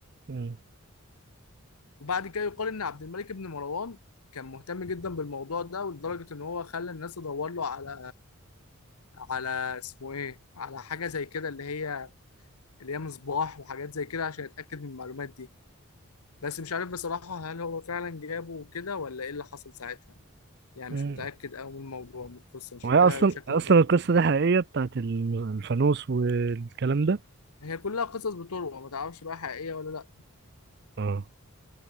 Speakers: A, on the right; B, on the left.
A: مم.
B: وبعد كده يقال ان عبد الملك بن مروان كان مهتم جدا بالموضوع ده ولدرجه ان هو خلى الناس تدور له على على اسمه ايه على حاجه زي كده اللي هي اللي هي مصباح وحاجات زي كده عشان يتاكد من المعلومات دي بس مش عارف بصراحه هل هو فعلا جابه وكده ولا ايه اللي حصل ساعتها يعني
A: مم.
B: مش متاكد قوي من الموضوع من القصه مش
A: وهي
B: فاكرها
A: اصلا
B: بشكل
A: اصلا
B: دقيق
A: القصه دي حقيقيه بتاعت الم- الفانوس والكلام ده
B: هي كلها قصص بتروى ما تعرفش بقى حقيقية ولا لا
A: اه